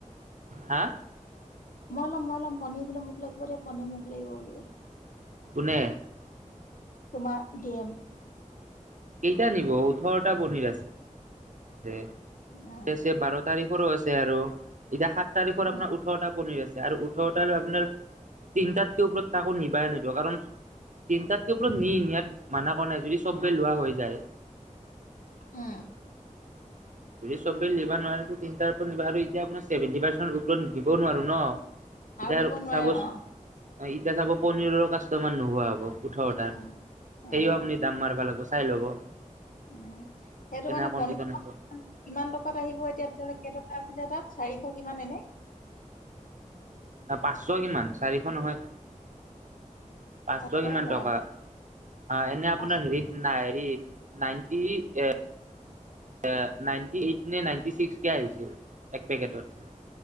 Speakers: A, on the right; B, on the left.
A: হা
B: মই লম, মই লম পনীৰ বোলে মোক লাগিব দেই পনীৰ মোক লাগিব বুলি
A: কোনে?
B: তোমাৰ দি এম।
A: কেতিয়া নিব ওঠৰটা পনিৰ আছে। <unintelligible>
B: উম
A: বাৰ' তাৰিখৰো আছে আৰু, এতিয়া সাত তাৰিখৰ
B: উম
A: আপোনাৰ ওঠৰটা পনীৰ আছে। আৰু ওঠৰতাৰ আপোনাৰ তিনটাতকে ওপৰত কাকো নিবাই নেদো কাৰণ তিনটাততো ওপৰত ইয়াত মানা কৰা নাই যদি চবে লোৱা হৈ যায়।
B: উম
A: <inaudible> যদি চবে নিবা নোৱাৰে টো তিনটা ওপৰত নিবা আৰু এতিয়া আপোনাৰ ছেবেণ্টি পাৰ্চেন গ্ৰুপ লন দিব নোৱাৰো ন'। এতিয়া
B: আৰু দিব নোৱাৰে
A: চাব
B: অ',।
A: এতিয়া চাব পনীৰৰ কাষ্টমাৰ নোহোৱা হ'ব ওঠৰটাৰ
B: উম উম
A: সেইও আপুনি দাম মাৰব লাগব চাই ল'ব।
B: <unintelligible> সেইটো
A: কেনে
B: কাৰনে
A: কণ্ডিচন
B: পনীৰ
A: আহিব
B: <unintelligible> কিমান টকাত আহিব এতিয়া কেইটকা আছিলে তাত? চাৰিশ কিমান এনে?
A: পাঁচশ কিমান চাৰিশ নহয়। পাঁচশ
B: টকাই
A: কিমান
B: ধৰা
A: টকা আ এনে
B: পাঁচ
A: আপোনাৰ হেৰিত নাই হেৰি নাইন্তি এ নাইণ্টি এইট নে, নাইণ্টি ছিক্সকে আহিছিল এক পেকেটত।